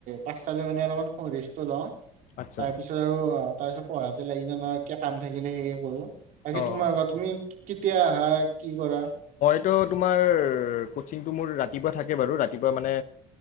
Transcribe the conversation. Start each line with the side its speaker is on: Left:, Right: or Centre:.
Right: পাচালি মানে অলপমান ৰেষ্ট টো লওঁ।
Left: আচ্ছা
Right: তাৰ পিছত আৰু অ' তাৰ পিছত পঢ়াতে লাগি যাওঁ, ন, কিবা কাম থাকিলে সেয়ে কৰো। বাকী
Left: অঁ
Right: তোমাৰ কোৱা, তুমি? কেতিয়া আহা? কি কৰা?
Left: টো তোমাৰ কচিংটো মোৰ ৰাতিপুৱা থাকে বাৰু ৰাতিপুৱা, মানে